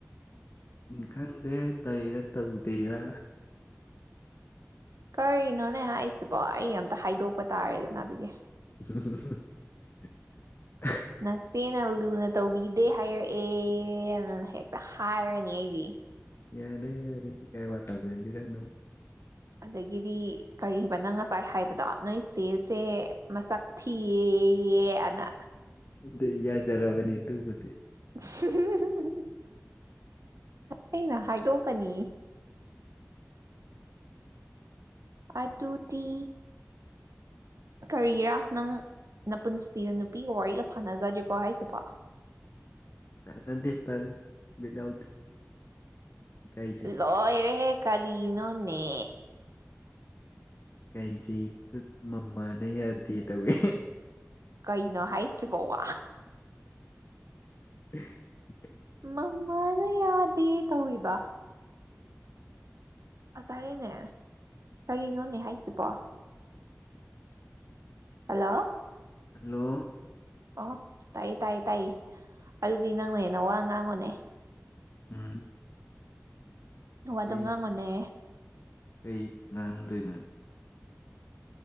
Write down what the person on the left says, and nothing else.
ꯎ ꯈꯪꯗꯦ ꯇꯧꯔꯥ ꯇꯧꯗꯦꯔꯥ
ꯎ
ꯌꯥ ꯅ ꯌꯥꯔꯦꯁꯤ ꯀꯥꯏ ꯋꯥꯥꯛꯑꯖꯦ ꯕꯤꯔꯅ
ꯑꯗꯨ ꯌꯥꯖꯔꯕꯅꯤ ꯑꯗꯨꯕꯨꯗꯤ
<unintelligible> ꯕꯤꯠ ꯌꯥꯎꯗꯦ ꯏꯀꯥꯏꯖꯩ
ꯏꯀꯥꯏꯖꯩ ꯈꯨꯏ ꯃꯃꯥꯅ ꯌꯥꯗꯦ ꯇꯧꯋꯦ
<unintelligible>
ꯍꯜꯂꯣ
ꯎꯝ
ꯀꯩ
ꯀꯩ ꯉꯥꯡꯗꯣꯏꯅꯣ